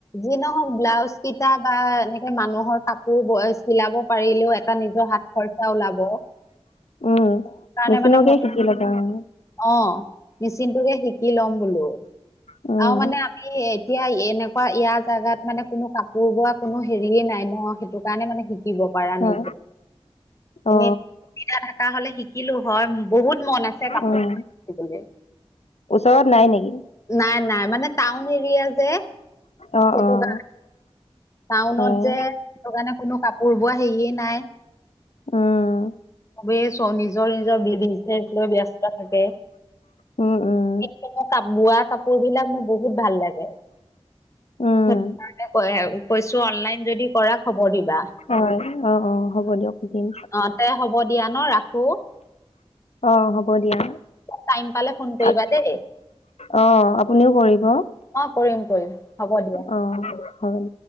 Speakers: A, on the left (about 30°); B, on the left (about 85°).
A: যি নহওঁক ব্লাউজ কিটা বা এনেকে মানুহৰ কাপোৰ ব চিলাব পাৰিলেও এটা নিজৰ হাত খৰচা ওলাব।
B: উম,
A: কাৰণে
B: মেচিনকে
A: মানে মই
B: শিকি ল'বা আৰু।
A: অ', মিচিনটোকে শিকি ল'ম বোলো।
B: উম
A: আৰু মানে আমি এতিয়া এনেকুৱা ইয়াৰ জাগাত মানে কোনো কাপোৰ বোৱা কোনো হেৰিয়ে নাই নহ সেইটো কাৰণে মানে শিকিব পাৰা
B: হয়
A: নাই এতিয়া।
B: অ
A: এনে সুবিধা থাকা হ'লে শিকিলোঁ হয় বহুত মন আছে কাপোৰ
B: উম
A: শিকিবলৈ
B: ওচৰত নাই নেকি?
A: নাই -নাই মানে টাউন এৰিয়া যে।
B: অ',
A: সেইটো
B: অ',
A: কাৰ টাউনত
B: হয়
A: যে সেইকাৰণে কোনো কাপোৰ বোৱা হেৰিয়ে নাই।
B: উম,
A: চবেই চ নিজৰ- নিজৰ বি -বিজনেচ লৈ ব্যস্ত থাকে। সেই
B: উম উম
A: কাৰণে বোৱা কাপোৰ বিলাক মোৰ বহুত ভাল লাগে।
B: উম,
A: সেইটো কাৰণে কৈ কৈছোঁ অনলাইন যদি কৰা খবৰ দিবা।
B: হয় অ', অ', হ'ব দিয়ক সুধিম।
A: অ তে হ'ব দিয়া ন' ৰাখো।
B: অ', হ'ব দিয়া।
A: টাইম পালে ফোন কৰিবা
B: আ-
A: দে।
B: অ', আপুনিও কৰিব।
A: অ', কৰিম -কৰিম হ'ব দিয়া।
B: অ', হয়।